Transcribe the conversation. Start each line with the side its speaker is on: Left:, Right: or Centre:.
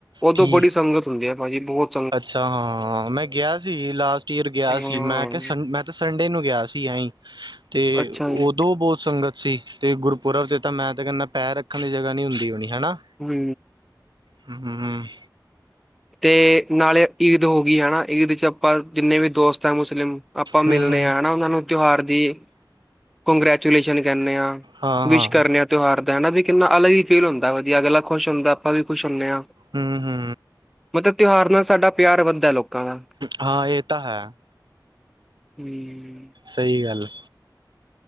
Centre: ਉਦੋਂ
Right: ਠੀਕ
Centre: ਬੜੀ ਸੰਗਤ ਹੁੰਦੀ ਹੈ ਭਾਜੀ ਬੋਤ
Right: ਅੱਛਾ ਹਾਂ-ਹਾਂ-ਹਾਂ ਮੈਂ ਗਿਆ। ਸੀ ਲਾਸਟ ਈਅਰ ਗਿਆ
Centre: ਹਾਂ
Right: ਸੀ। ਮੈਂ ਕਿਆ ਸੰ ਮੈਂ ਤੇ ਸੰਡੇ ਨੂੰ ਗਿਆ ਸੀ ਐਈ। ਤੇ
Centre: ਅੱਛਾ ਜੀ
Right: ਓਦੋਂ ਬੋਤ ਸੰਗਤ ਸੀ। ਤੇ ਗੁਰਪੁਰਬ ਤੇ ਤਾਂ ਮੈਂ ਤੇ ਕੈਨਾਪੈਰ ਰੱਖਣ ਦੀ ਜਗ੍ਹਾ ਨੀ ਹੁੰਦੀ ਹੋਣੀ ਹੈਨਾ
Centre: ਹੁੰ
Right: ਹੁੰ ਹੁੰ, ਹੁੰ
Centre: ਤੇ ਨਾਲੇ ਈਦ ਹੋਗੀ ਹਨਾ ਈਦ ਚ ਆਪਾਂ ਜਿੰਨੇ ਵੀ ਦੋਸਤ ਆ ਮੁਸਲਿਮ ਆਪਾਂ ਮਿਲਣੇ
Right: ਹੂੰ ਹੂੰ
Centre: ਆ ਹਨਾ ਓਨਾਂ ਨੂੰ ਤਿਉਹਾਰ ਦੀ ਕੋੰਗ੍ਰੈਚੂਲੇਸ਼ਨ ਕੈਨੇ ਆਂਵਿਸ਼
Right: ਹਾਂ ਹਾਂ
Centre: ਕਰਨੇ ਆਂ ਤਿਉਹਾਰ ਦਾ ਹਨਾ ਵੀ ਕਿੰਨਾ ਅਲੱਗ ਹੀ ਫੀਲ ਹੁੰਦਾ ਵਧੀਆ ਅਗਲਾ ਖੁਸ਼ ਹੁੰਦਾ ਆਪਾਂ ਵੀ ਖੁਸ਼ ਹੁੰਨੇ ਆਂ।
Right: ਹੁੰ ਹੁੰ।
Centre: ਮਤਲਬ ਤਿਉਹਾਰ ਨਾਲ ਸਾਡਾ ਪਿਆਰ ਵੱਧਦਾ ਲੋਕਾਂ ਦਾ।
Right: ਹਾਂ ਇਹ ਤਾਂ ਹੈ।
Centre: ਹੂੰ।
Right: ਸਹੀ ਗੱਲ ਏ।